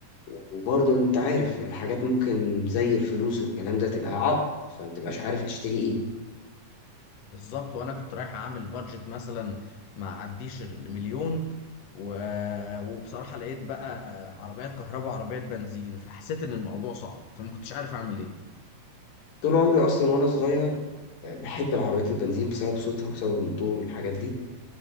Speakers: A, on the left (about 85°); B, on the left (about 65°).
A: وبرضه انت عارف الحاجات ممكن زي الفلوس والكلام ده تبقى عائق فمتبقاش عارف تشتري ايه
B: بالظبط وانا كنت رايح اعمل بادجت مثلا ما عديش المليون و... وبصراحه لقيت بقى عربيات كهرباء وعربيات بنزين فحسيت ان الموضوع صعب فما كنتش عارف اعمل ايه
A: طول عمري اصلا وانا صغير آه، بحب العربيات البنزين بسبب صوتها وبسبب الموتور والحاجات دي